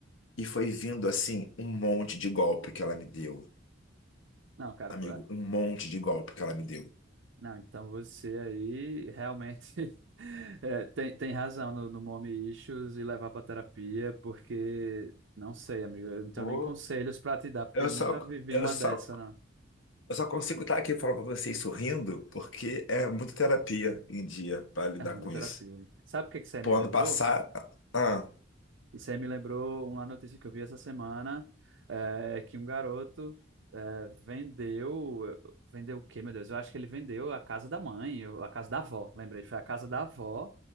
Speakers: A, on the left (about 75°); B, on the right (about 65°).
A: e foi vindo assim um monte de golpe que ela me deu.
B: Não, cara,
A: Amigo, um monte de golpe que ela me deu.
B: Não, então você aí realmente <laughs> é, tem, tem razão no, no mommy issues e levar para terapia, porque não sei, amigo, eu não tenho
A: Pô,
B: nem conselhos para te dar, porque
A: Eu
B: eu
A: só,
B: nunca vivi
A: eu
B: uma
A: só,
B: dessa, não.
A: eu só consigo estar aqui falando pra vocês sorrindo porque é muita terapia em dia pra lidar
B: É muita
A: com
B: terapia.
A: isso.
B: Sabe o que que você
A: Pô,
B: me lembrou?
A: ano passado, ah,
B: Isso aí me lembrou uma notícia que eu vi essa semana, é, que um garoto é, vendeu, vendeu o quê, meu Deus? Eu acho que ele vendeu a casa da mãe, ou a casa da avó, lembrei, foi a casa da avó